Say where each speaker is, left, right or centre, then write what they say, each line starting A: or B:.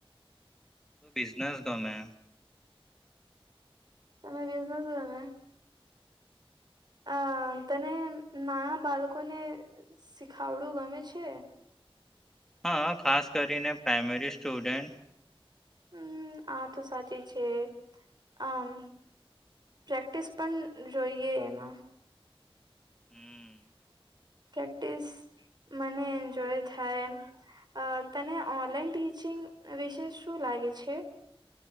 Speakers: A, in the centre; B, on the right.
A: બિઝનેસ ગમે.
B: તમે બિઝનઝ ગમે? અ તને નાના બાલકોને શીખાવડું ગમે છે?
A: હા, ખાસ કરીને પ્રાઈમરી સ્ટુડન્ટ.
B: હમ, આ તો સાચી જ છે. આમ પ્રેક્ટિસ પણ જોઈએ એમાં.
A: હમ
B: પ્રેક્ટિસ, મને એન્જોય થાય. અ તને ઓનલાઈન ટીચિંગ વિશે શું લાગે છે?